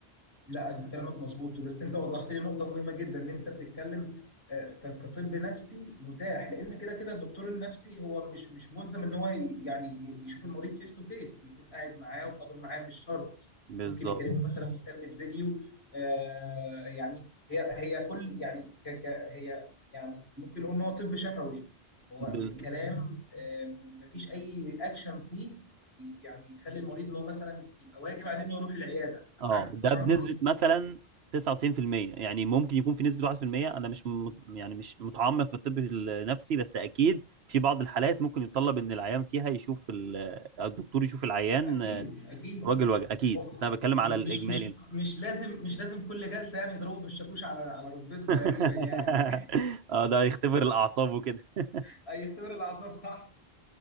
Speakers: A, on the left; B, on the right.
A: لا انت كلامك مظبوط بس انت وضحت لي نقطه مهمه جدا ان انت بتتكلم آه، ك- كطب نفسي متاح لان كده كده الدكتور النفسي هو مش مش ملزم ان هو ي- يعني ي- يشوف المريض فيس تو فيس يكون قاعد معاه وحاضر معاه مش شرط
B: بالظبط
A: ممكن يكلمه مثلا مكالمه فيديو آه، يعني هي هي كل يعني ك ك هي يعني ممكن نقول ان هو طب شفوي هو
B: ب-
A: بالكلام آه، مفيش اي اكشن فيه يعني يخلي المريض ان هو مثلا يبقى واجب عليه انه يروح العياده
B: اه
A: عكس
B: ده
A: طبعا
B: بنسبة
A: اي تأشيرة
B: مثلا
A: تاني.
B: 99% يعني ممكن يكون في نسبة 1% انا مش م... يعني مش متعمق في الطب النفسي بس اكيد في بعض الحالات ممكن يتطلب ان العيان فيها يشوف ال... أو الدكتور يشوف العيان
A: اكيد
B: آه،
A: اكيد
B: راجل وجه اكيد
A: هو
B: بس انا بتكلم
A: م-
B: على الاجمالي
A: مش مش مش لازم مش لازم كل جلسه يعني يضربوا بالشاكوش على على ركبته تقريبا
B: <laughs>
A: يعني
B: اه ده يختبر الاعصاب وكده <laughs>
A: <laughs> هيختبر الاعصاب صح